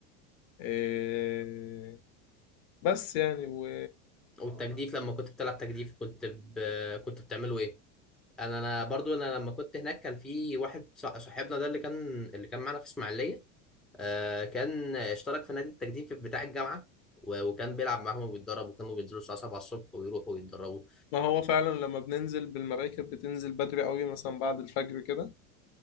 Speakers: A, on the left; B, in the centre.
A: إيه بس يعني و
B: والتجديف لما كنت بتلعب تجديف كنت ب... كنت بتعمله ايه انا انا برضو انا لما كنت هناك كان في واحد ص- صاحبنا ده اللي كان اللي كان معانا في اسماعيليه آه كان اشترك في نادي التجديف بتاع الجامعه و... وكان بيلعب معاهم وبيتدرب وكانوا بينزلوا الساعه 7 الصبح ويروحوا ويتدربوا
A: ما هو فعلا لما بننزل بالمراكب بتنزل بدري قوي مثلا بعد الفجر كده